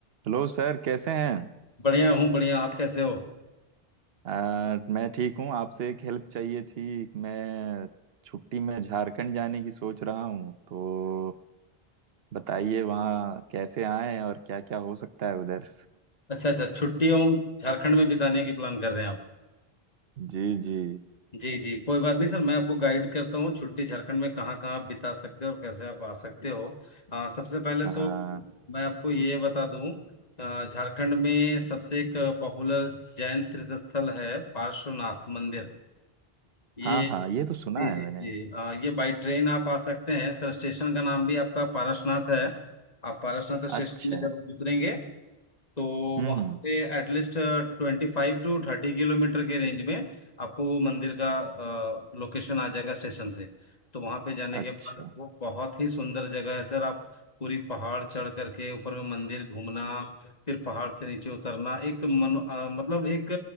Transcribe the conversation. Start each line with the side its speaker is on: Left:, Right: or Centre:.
Right: हेलो सर कैसे हैं
Left: बढ़िया हूँ बढ़िया आप कैसे हो
Right: आ, मैं ठीक हूँ आपसे एक हेल्प चाहिए थी मैं छुट्टी में झारखंड जाने की सोच रहा हूँ तो बताइए वहाँ कैसे आएं और क्या क्या हो सकता है उधर
Left: अच्छा अच्छा छुट्टी हम झारखंड में बिताने की प्लान कर रहे हैं आप
Right: जी जी
Left: जी जी कोई बात नहीं सर मैं आपको गाइड करता हूँ छुट्टी झारखंड में कहाँ कहाँ आप बिता सकते हो और कैसे आप आ सकते हो आ, सबसे पहले
Right: हाँ
Left: तो मैं आपको ये बता दूँ अ, झारखंड में सबसे एक पॉपुलर जैन तीर्थ स्थल है पार्श्वनाथ मंदिर ये
Right: हाँ हाँ ये तो सुना
Left: जी
Right: है
Left: जी
Right: मैंने
Left: जी आ, ये बाई ट्रेन आप आ सकते हैं सर स्टेशन का नाम भी आपका पारसनाथ है आप पारसनाथ स्टेशन
Right: अच्छा
Left: में जब उतरेंगे तो
Right: हम्म
Left: वहां
Right: हम्म,
Left: से एटलीस्ट ट्वेंटी फाइव टू थर्टी किलोमीटर के रेंज में आपको वो मंदिर का लोकेशन आ जाएगा स्टेशन से तो वहां पे जाने
Right: अच्छा
Left: के बाद वो बहुत ही सुंदर जगह है सर आप पूरी पहाड़ चढ़ करके ऊपर में मंदिर घूमना फिर पहाड़ से नीचे उतरना एक मन अ, मतलब एक